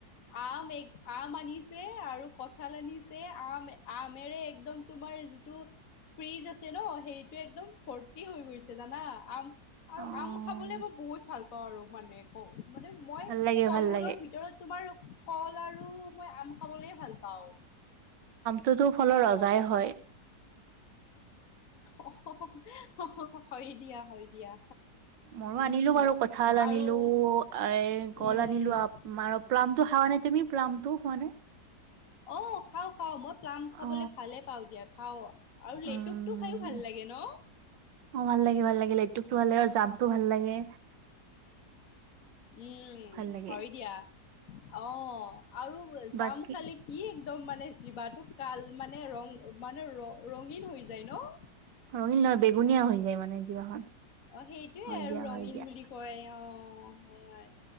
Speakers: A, on the left (about 55°); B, on the right (about 85°).
A: আম এক আম আনিছে আৰু কঁঠাল আনি ছে আম আমেৰে একদম তোমাৰ যিটো ফ্ৰিজ আছে ন' সেই টো একদম ভৰ্তি হৈ গৈছে জানা? আম আৰু
B: অ
A: আম খাবলে মই বহুত ভাল পাওঁ মানে কও, মানে মই
B: ভাল লাগে
A: ফলমূলৰ
B: ভাল লাগে
A: ভিতৰত তোমাৰ কল আৰু মই আম খাবলৈয়ে ভাল পাওঁ।
B: টোতো ফলৰ ৰজাই হয়।
A: অহ হ হ, হহ হ হ, হয় দিয়া হয় দিয়া।
B: মৰো আনিলোঁ
A: উম
B: বাৰু, কঁঠাল আনিলোঁ,
A: আৰু
B: এ- কল
A: উম
B: আনিলোঁ আ- মাৰ- প্লামটো খাৱা নে তুমি? প্লামটো খোৱানে
A: অ' খাওঁ - খাওঁ। মই প্লাম খাবলে
B: অ
A: ভালে পাওঁ দিয়া, খাওঁ। আৰু লেটুকটো
B: উম
A: খাইও ভাল লাগে ন'?
B: অ ভাল লাগে ভাল লাগে লেটুকটো ভাল লাগে আৰু জামটো ভাল লাগে
A: উম,
B: ভাল লাগে
A: হয় দিয়া। অ' আৰু
B: বাকী
A: জাম খালে কি একদম মানে জিভাটো কাল মানে ৰং মানে ৰ- ৰঙীন হৈ যায় ন'?
B: ৰঙীন নহয়, বেঙুনীয়া হৈ যায় মানে জিভাখন।
A: অ' সেইটোৱে
B: হয়
A: আৰু
B: দিয়া
A: ৰঙীন
B: হয় দিয়া
A: বুলি কয় অ', হয় - হয়।